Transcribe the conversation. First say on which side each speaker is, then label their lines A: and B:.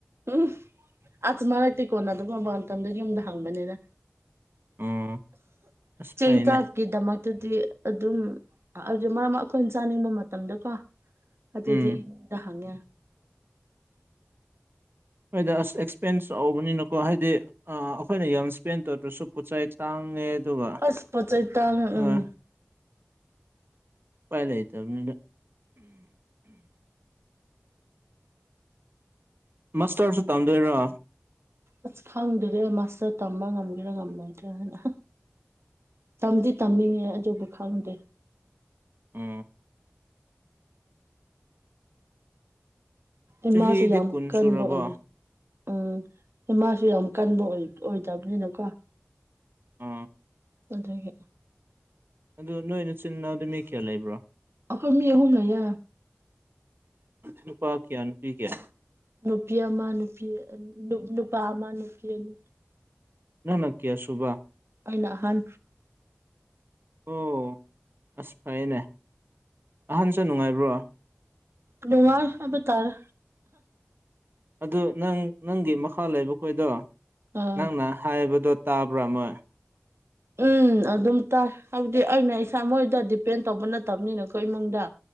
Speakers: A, on the right; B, on the right.
A: ꯎꯝ ꯑꯁ ꯃꯔꯛꯇꯩ ꯀꯣꯟꯅꯗꯕꯒꯨꯝꯕ ꯃꯇꯝꯗ ꯌꯨꯝꯗ ꯍꯪꯕꯅꯤꯗ
B: ꯑꯣ ꯑꯁ
A: ꯆꯦꯟꯇꯥ
B: ꯐꯩꯅꯦ
A: ꯀꯗꯃꯛꯇꯗꯤ ꯑꯗꯨꯝꯦ ꯃꯔꯝ ꯑꯩꯈꯣꯏꯅ ꯆꯥꯅꯤꯡꯕ ꯃꯇꯝꯗꯀꯣ ꯑꯗꯨꯗꯤ
B: ꯎꯝ
A: ꯏꯨꯝꯗ ꯍꯪꯉꯦ
B: ꯑꯩꯣꯏꯗ ꯑꯁ ꯑꯦꯛꯁꯄꯦꯟꯁ ꯆꯥꯎꯧꯕꯅꯤꯅꯀꯣ ꯍꯥꯏꯗꯤ ꯑ ꯑꯩꯈꯣꯏꯅ ꯌꯥꯝ ꯏꯁꯄꯦꯟ ꯇꯧꯗ꯭ꯔꯁꯨ ꯄꯣꯠꯆ ꯆꯩ ꯇꯥꯡꯉꯦ ꯑꯗꯨꯒ ꯑ
A: ꯑꯁ ꯄꯣꯠ ꯆꯩ ꯇꯥꯡ ꯎꯝ
B: ꯎꯄꯥꯏꯂꯩꯇꯕꯅꯤꯅꯦ ꯃꯥꯁꯇꯔꯁꯨ ꯇꯝꯗꯣꯏꯔꯣ
A: ꯑꯁ ꯈꯪꯗ꯭ꯔ ꯑꯩ ꯃꯥꯁꯇꯔ ꯇꯝꯕ ꯉꯝꯒꯦꯔꯥ ꯉꯝꯂꯣꯏꯗ꯭ꯔꯥ ꯍꯥꯏꯅ ꯇꯝꯃꯗꯤ ꯇꯝꯅꯤꯡꯉꯦ ꯑꯕꯨ ꯈꯪꯗꯦ
B: ꯎꯝ
A: ꯏꯃꯥꯁꯨ
B: ꯆꯍꯤꯗꯤ
A: ꯌꯥꯝ
B: ꯀꯨꯟ
A: ꯀꯟꯕ
B: ꯁꯨꯔꯕꯣ
A: ꯑꯣꯏ ꯎꯝ ꯏꯃꯥꯁꯨ ꯌꯥꯝ ꯀꯟꯕ ꯑꯣꯏꯗꯕꯅꯤꯅꯀꯣ
B: ꯑ
A: ꯑꯗꯨꯒ
B: ꯑꯗꯨ ꯅꯣꯏꯅ ꯆꯤꯟꯅꯎꯗꯤ ꯃꯤ ꯀꯌꯥ ꯂꯩꯕ꯭ꯔꯣ
A: ꯑꯈꯣꯏ ꯃꯤ ꯍꯍꯨꯅ ꯌꯥ
B: ꯅꯨꯄꯥ ꯀꯌꯥ ꯅꯨꯄꯤ ꯀꯌꯥ
A: ꯅꯨꯄꯤ ꯑꯃ ꯅꯨꯄꯤꯅꯤ ꯅꯨꯄꯥ ꯑꯃ ꯅꯨꯄꯤ ꯑꯅꯤ
B: ꯅ ꯅ ꯀꯌꯥ ꯁꯕꯥ
A: ꯑꯩꯅ ꯍꯜ
B: ꯑꯣ ꯑꯁ ꯐꯩꯌꯦꯅꯦ ꯑꯍꯟꯁꯨ ꯅꯨꯡꯉꯥꯏꯕ꯭ꯔꯣ
A: ꯅꯨꯡꯉꯥꯏ ꯑꯕ ꯇꯔ
B: ꯑꯗꯨ ꯅꯪ ꯅꯪꯒꯤ ꯃꯈꯥ ꯂꯩꯕꯈꯣꯏꯗꯣ
A: ꯑꯥ
B: ꯅꯪꯅ ꯍꯥꯏꯕꯗꯣ ꯇꯥꯕ꯭ꯔꯥ ꯃꯣꯏ
A: ꯎꯝ ꯑꯗꯨꯝ ꯇꯥꯏ ꯍꯥꯏꯕꯗꯤ ꯑꯩꯅ ꯏꯁꯥ ꯃꯣꯏꯗ ꯗꯤꯄꯦꯟ ꯇꯧꯕ ꯅꯠꯇꯕꯅꯤꯅꯀꯣ ꯏꯃꯨꯡꯗ